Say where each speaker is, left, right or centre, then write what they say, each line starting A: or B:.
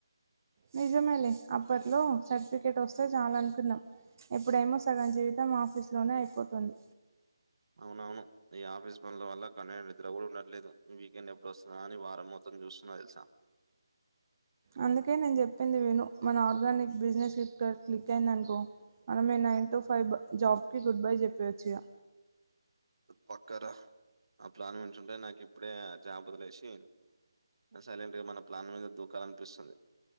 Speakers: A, on the right; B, on the right.
A: నిజమే లే అప్పట్లో సర్టిఫికేట్ వస్తే చాలా అనుకున్నా ఎప్పుడేమో సగం జీవితం ఆఫీస్ లోనే అయిపోతుంది
B: అవునవును ఈ ఆఫీస్ పనుల వల్ల కడ్లకి నిద్ద్ర కూడా ఉండట్లేదు వీకెండ్ ఎప్పుడు వస్తదా అని వారం మొత్తం చూస్తు నా తెల్సా
A: అందుకే నేను చెప్పింది విను మన ఆర్గానిక్ బిజినెస్ క్లిక్ అయి అయింది అనుకో మన మేము నైన్ టు ఫైవ్ జాబ్ కి గుడ్ బై చెప్పేయోచ్చు ఇగ
B: పక్కరా ఆ ప్లాన్ మంచుంటే నాకు ఇప్పుడే జాబ్ వదిలేసి సైలెంట్ గా మన ప్లాన్ మీద దూఖాలనిపిస్తుంది